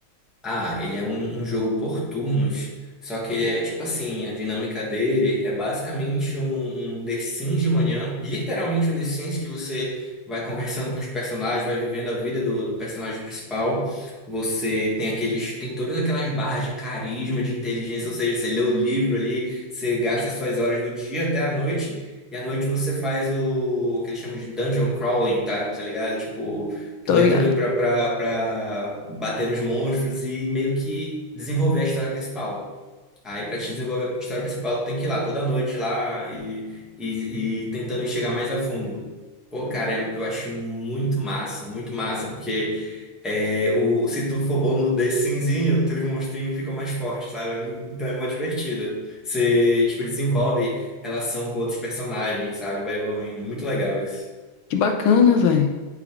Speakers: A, in the centre; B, on the left (about 80°).
A: Ah, ele é um, um jogo por turnos, só que ele é tipo assim, a dinâmica dele é basicamente um, um The Sims de manhã, literalmente um The Sims que você vai conversando com os personagens, vai vivendo a vida do, do personagem principal. Você tem aqueles, tem todas aquelas barras de carisma, de inteligência, ou seja, você lê o livro ali, você gasta suas horas do dia até a noite, e à noite você faz o, o que eles chamam de dungeon crawling, tá? Tá ligado? Tipo Tu
B: Tô
A: entra
B: ligado.
A: pra, pra, pra bater nos monstros e meio que desenvolver a história principal. Aí pra te desenvolver a história principal, tu tem que ir lá toda noite lá e, e, e tentando chegar mais a fundo. Pô, cara, é- eu acho muito massa, muito massa, porque é, o, se tu for bom no The Simzinho, teus monstrinhos ficam mais fortes, sabe? Então é mó divertido. Você, tipo, desenvolve relação com outros personagens, sabe? Vai evoluindo. É Muito legal isso.
B: Que bacana, velho.